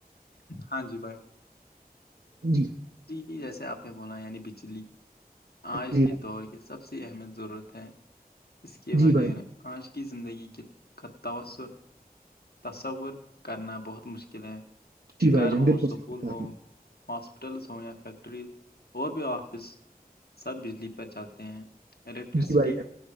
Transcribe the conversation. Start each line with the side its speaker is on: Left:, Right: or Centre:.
Left: ہاں جی بائے
Right: جی
Left: جیسے آپ نے بونا یعنی بجلی آج
Right: جی
Left: کے دور کی سب سے اہمیت ضرورت ہے اس کے
Right: جی
Left: بغیر
Right: بھائی
Left: آج کی زندگی کے کا تسر تصور کرنا بہت مشکل ہے
Right: جی بھائی
Left: گھر
Right: جان
Left: ہو
Right: بالکل
Left: سکول
Right: صحیح کہا
Left: ہو
Right: آپ نے
Left: ہاسپٹلس ہوں یا فیکٹریز اور بھی آفس سب بجلی پر چلتے ہیں الیکٹرسٹی
Right: جی بھائی جان